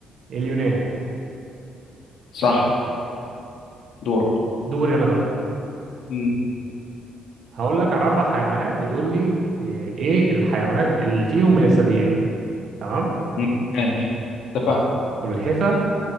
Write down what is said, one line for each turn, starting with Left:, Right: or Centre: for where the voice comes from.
Right: اليونان
Left: صح دورك
Right: دوري انا بقى
Left: م-
Right: هقول لك على اربع حيوانات وتقول لي ايه إيه الحيوانات اللي فيهم من الثدييات تمام
Left: م- ماشي اتفقنا
Right: سلحفة